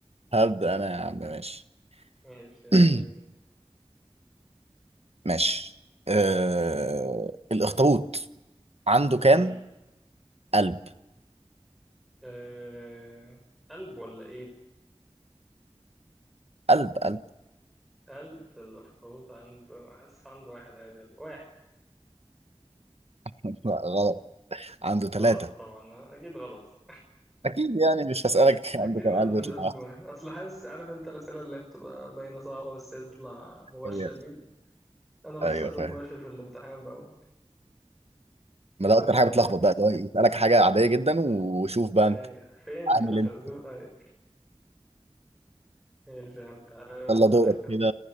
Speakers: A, on the right; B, in the centre.
A: هبدا انا يا عم ماشي
B: ماشي يلا
A: <clears throat> ماشي أه... الاخطبوط عنده كام
B: بينا
A: قلب
B: أه... قلب ولا ايد
A: قلب قلب
B: قلب الاخطبوط عنده حاسس عنده واحد عادي ولا واحد
A: <laughs> لا، غلط عنده ثلاثة
B: غلط طبعا اكيد غلط صح
A: أكيد يعني مش هسألك
B: اكيد
A: <laughs> عنده كام
B: ما عندوش
A: قلب يطلع
B: قلب
A: هي-
B: واحد اصل حاسس عارف انت الاسئله اللي هي بتبقى باينه صعبه بس هي تطلع مباشره
A: أيوه
B: دي انا بساله
A: أيوه، فاهم
B: مباشر في الامتحان بقى
A: ما ده
B: أيوة
A: أكتر
B: ماشي
A: حاجة بتلخبط بقى اللي هو يسألك حاجة عادية جدا وشوف بقى
B: اي
A: أنت
B: فين فين
A: عامل
B: الخازوق
A: إيه.
B: اي ماشي يا عم تعالى
A: يلا
B: اسالك
A: دورك
B: أنا.
A: كده